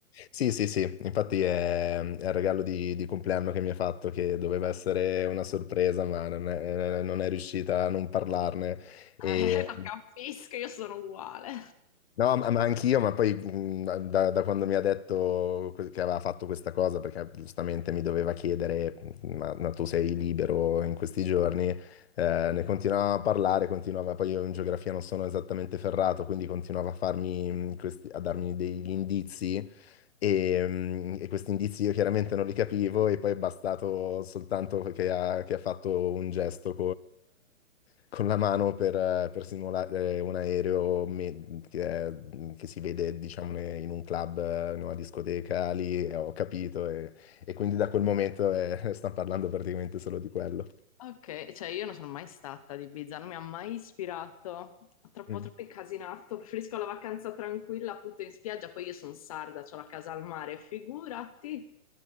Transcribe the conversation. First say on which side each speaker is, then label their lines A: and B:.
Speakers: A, on the left (about 45°); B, on the left (about 25°).
A: Sì, sì, sì, infatti è, è il regalo di, di compleanno che mi ha fatto, che doveva essere una sorpresa, ma non è, non è riuscita a non parlarne. E,
B: <laughs> Eh, la capisco, io sono uguale.
A: No, ma ma anch'io, ma poi mh, da, da quando mi ha detto que- che aveva fatto questa cosa, perché giustamente mi doveva chiedere, mm, ma, ma tu sei libero in questi giorni, eh, ne continuava a parlare, continuava, poi io in geografia non sono esattamente ferrato, quindi continuava a farmi, mh, questi- a darmi degli indizi e, mh, e questi indizi io chiaramente non li capivo e poi è bastato soltanto che ha, che ha fatto un gesto con la mano per, eh, per simulare eh, un aereo me- che, è- che si vede, diciamo, ne- in un club, eh, in una discoteca, lì eh, ho capito e, e quindi da quel momento eh, <laughs> stanno parlando praticamente solo di quello.
B: Ok, cioè io non sono mai stata ad Ibiza, non mi ha mai ispirato, troppo
A: Mm.
B: troppo incasinato, preferisco la vacanza tranquilla appunto in spiaggia, poi io sono sarda, ho la casa al mare, figurati.